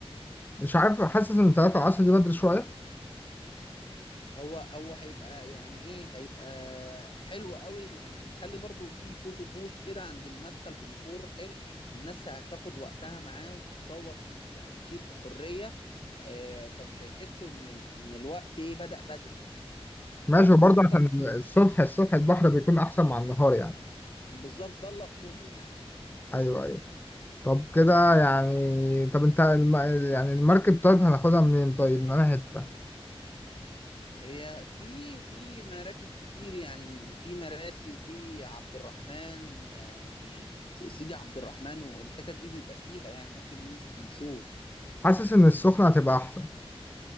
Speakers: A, on the left; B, on the left.
A: مش عارف حاسس ان 3 العصر دي بدري شويه
B: هو هو هيبقى يعني ايه هيبقى حلو قوي يعني هنخلي برضو في فوتو بوث كده عند المدخل بديكور حلو الناس هتاخد وقتها معاه وتتصور ك- يعني كتير بحرية آه، فمش هيحسوا ان ال... ان الوقت ايه بدأ بدري يعني
A: ماشي
B: إيه،
A: وبرضه
B: خاصة
A: عشان الصبح الصبح البحر بيكون احسن مع النهار يعني
B: بالظبط ده اللي اقصده يعني
A: ايوه ايوه طب كده يعني طب انت الم... يعني المركب طيب هناخدها منين طيب من انا حته
B: هي في في مراكب كتير يعني في مراسي وفي عبد الرحمن يعني س- سيدي عبد الرحمن والحتت دي بيبقى فيها يعني ممكن ننزل ونشوف
A: حاسس ان السخنه هتبقى احسن